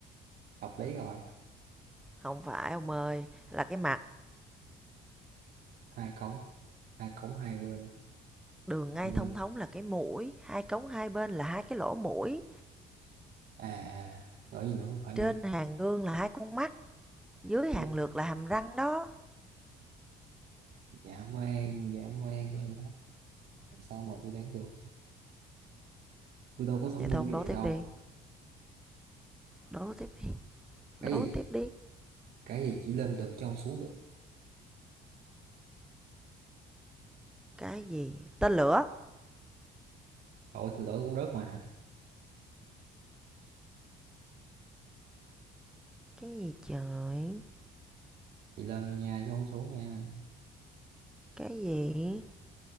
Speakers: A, on the right; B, in the centre.
A: hợp lý rồi
B: không phải ông ơi, là cái mặt.
A: hai cống hai cống hai bên
B: Đường ngay
A: lương
B: thông thống là cái mũi, hai cống hai bên là hai cái lỗ mũi.
A: à gọi gì nữa không phải
B: Trên
A: gì nữa
B: hàng gương là hai con mắt, dưới
A: Dạ
B: hàng lược là hàm răng đó.
A: dã man dã man của em, làm sao mà tôi đoán được tôi đâu có thông
B: Vậy
A: minh
B: thôi ông
A: như
B: đố
A: vậy
B: tiếp
A: đâu
B: đi, đố tiếp đi, đố
A: cái gì
B: tiếp đi.
A: cái gì chỉ lên được chứ không xuống được
B: Cái gì? Tên lửa.
A: tội thì lỡ cũng rớt mà
B: Cái gì trời?
A: chị lên thôi nha chứ không xuống nha
B: Cái gì?